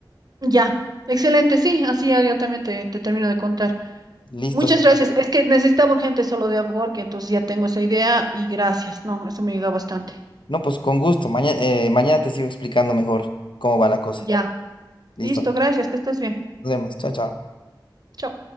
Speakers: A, on the right; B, on the left.
A: Ya, excelente, sí, así ya yo también te, te termino de contar.
B: Listo.
A: Muchas
B: sí.
A: gracias. Es que necesitaba urgente solo de que entonces ya tengo esa idea y gracias, no, eso me ayudó bastante.
B: No, pues con gusto. Mañana, mañana te sigo explicando mejor cómo va la cosa.
A: Ya,
B: Listo.
A: listo, gracias, que estés bien.
B: Nos vemos. Chao, chao.
A: Chao.